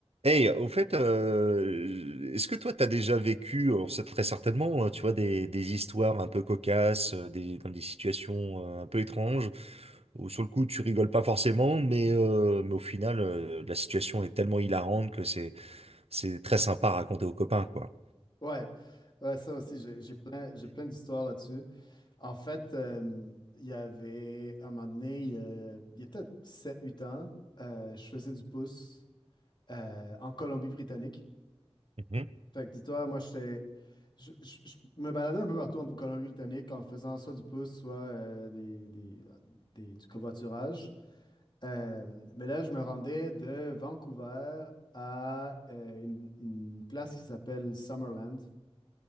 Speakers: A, on the right; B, on the left.
A: Hey, au fait, euh, est-ce que toi, t'as déjà vécu, alors ça très certainement, euh, tu vois, des, des histoires un peu cocasses, euh, des, dans des situations euh, un peu étranges, où sur le coup, tu rigoles pas forcément, mais, euh, mais au final, euh, la situation est tellement hilarante que c'est, c'est très sympa à raconter aux copains, quoi.
B: Ouais, ouais, ça aussi, j'ai j'ai plein, j'ai plein d'histoires là-dessus. En fait, euh, il y avait un moment donné, il y a, il y a peut-être sept huit ans, euh, je faisais du pouce euh, en Colombie-Britannique.
A: Mhm.
B: Fait que dis-toi, moi, j'étais, je, je- je me baladais un peu partout en Colombie-Britannique en faisant soit du pouce, soit euh, des, des- des- du covoiturage. Euh, mais là, je me rendais de Vancouver à euh, une, une place qui s'appelle Summerland.